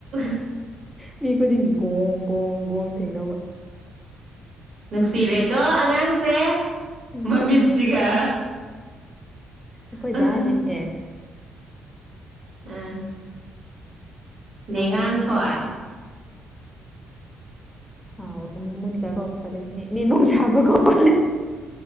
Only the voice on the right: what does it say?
<inaudible>
ꯅꯨꯡꯁꯤꯔꯦꯀꯣ ꯑꯉꯥꯡꯁꯦ
ꯃꯃꯤꯠꯁꯤꯒ
ꯎꯝ
ꯎꯝ
ꯅꯦꯉꯥꯟꯊꯣꯏ